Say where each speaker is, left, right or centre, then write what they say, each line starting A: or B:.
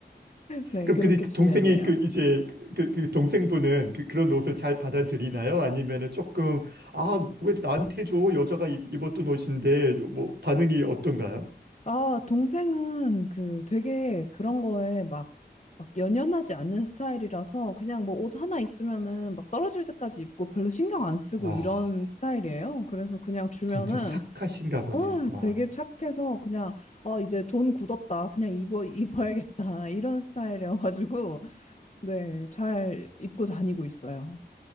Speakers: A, on the left; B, on the right.
A: 네,
B: 그럼
A: 그렇게
B: 근데 그
A: 지냈네요.
B: 동생이 그 이제 그, 그- 그 동생분은 그, 그런 옷을 잘 받아들이나요? 아니면은 조금, 아, 왜 나한테 줘? 여자가 입, 입었던 옷인데, 뭐 반응이 어떤가요?
A: 아, 동생은 그 되게 그런 거에 막, 막 연연하지 않는 스타일이라서 그냥 뭐 옷 하나 있으면은 막 떨어질 때까지 입고 별로 신경 안 쓰고
B: 와,
A: 이런 스타일이에요. 그래서 그냥 주면은,
B: 진짜 착하신가 보네요.
A: 어,
B: 와.
A: 되게 착해서 그냥, 아, 이제 돈 굳었다. 그냥 입어, <laughs> 입어야겠다. 이런 스타일이어가지고. 네, 잘 입고 다니고 있어요.